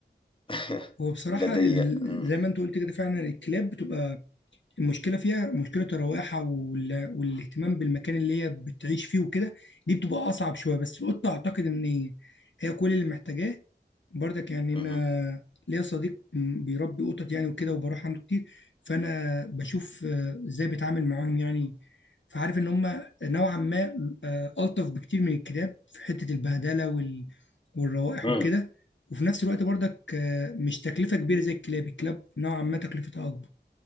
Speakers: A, on the left; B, on the left.
A: <laughs>
B: هو بصراحة
A: لدي
B: ال...
A: مم.
B: زي ما انت قلت كده فعلا الكلاب بتبقى المشكله فيها مشكله الروائح وال... والاهتمام بالمكان اللي هي بتعيش فيه وكده دي بتبقى اصعب شويه بس القطه اعتقد ان هي كل اللي محتاجاه برضك يعني انا
A: مم.
B: ليا صديق م- بيربي قطط يعني وكده وبروح عنده كتير فانا بشوف آه، ازاي بيتعامل معاهم يعني فعارف ان هم نوعا ما آه، الطف بكتير من الكلاب في حته البهدله وال... والروائح
A: مم.
B: وكده وفي نفس الوقت برضك آه، مش تكلفه كبيره زي الكلاب الكلاب نوعا ما تكلفتها اكبر